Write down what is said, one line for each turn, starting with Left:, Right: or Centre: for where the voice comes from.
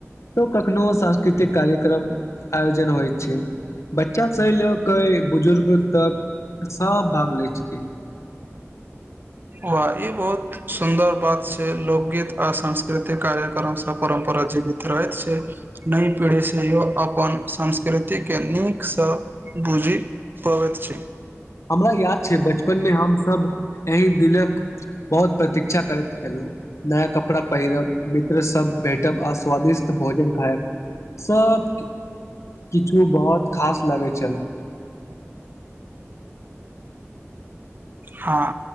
Left: त कखनो सांस्कृतिक कार्यक्रम आयोजन होइ छै बच्चा स लऽ क बुजुर्ग तक सभ भाग लै छथि
Right: वाह ई बहुत सुन्दर बात छै लोकगीत आ सांस्कृतिक कार्यक्रम सब परम्परा जीवित रहैत छै नइ पीढ़ी सेहो अपन संस्कृति के नीकसँ बुझी पबैत छी
Left: हमरा याद छै बचपनमे हमसभ एहि दिनक बहुत प्रतीक्षा करैत छलु नया कपड़ा पहिरब मित्र सब बैठब आस्वादिष्ट भोजन खायब सब किछु बहुत खास लगैत छल
Right: हँ